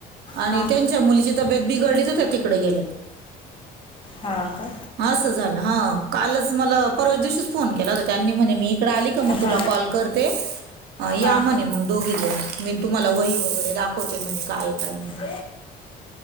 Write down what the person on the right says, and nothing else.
आणि
त्यांच मुलीची तब्येत बिघडली तर त्या तिकडे गेल्यात
असं झालं हा कालच मला परवाच्या दिवशीच फोन केला होता त्यांनी म्हणे मी इकडे आली का मग
तुला कॉल करते. अ या
म्हणे मग दोघीजणी मी तुम्हाला वही वगैरे दाखवते म्हणजे काय ये काय